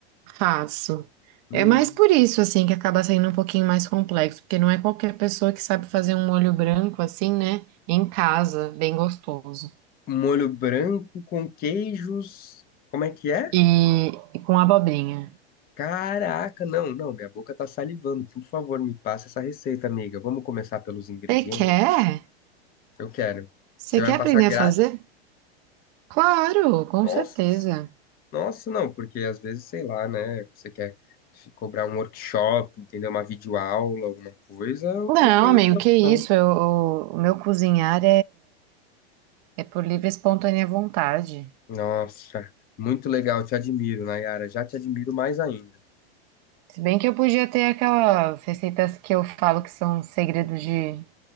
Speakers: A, on the right; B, on the left.
A: Faço.
B: Hum,
A: É mais por isso assim que acaba saindo um pouquinho mais complexo, porque não é qualquer pessoa que sabe fazer um molho branco assim, né? Em casa, bem gostoso.
B: um molho branco com queijos. Como é que é?
A: E, e com abobrinha.
B: Caraca, não, não, minha boca tá salivando. Por favor, me passa essa receita, amiga. Vamos começar pelos ingredientes?
A: Você quer?
B: Eu quero.
A: Você
B: Você
A: quer
B: vai me
A: aprender
B: passar grátis?
A: a fazer? Claro, com
B: Nossa,
A: certeza.
B: nossa, não, porque às vezes, sei lá, né? Você quer se cobrar um workshop, entendeu? Uma videoaula, alguma coisa,
A: Não,
B: não tem
A: amigo,
B: outra
A: que
B: opção.
A: isso? Eu- o o meu cozinhar É por livre e espontânea vontade.
B: Nossa, muito legal, te admiro, Nayara. Já te admiro mais ainda.
A: Se bem que eu podia ter aquelas receitas que eu falo que são segredos de,